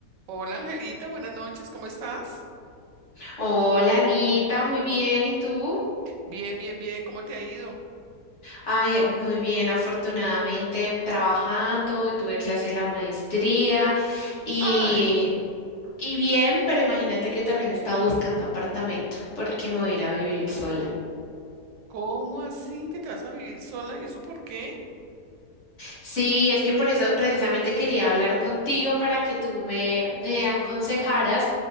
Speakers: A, on the right (about 85°); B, on the left (about 45°).
A: Hola Angelita, buenas noches, ¿cómo estás?
B: Hola Anita, muy bien, ¿y tú?
A: Bien, bien, bien, ¿cómo te ha ido?
B: Ay, eh, muy bien, afortunadamente trabajando, tuve clase de la maestría y,
A: Ay,
B: y bien, pero imagínate que también estaba buscando apartamento porque me voy a ir a vivir sola.
A: ¿cómo así que te vas a vivir sola y eso por qué?
B: Sí, es que por eso precisamente quería hablar contigo para que tú me, me aconsejaras,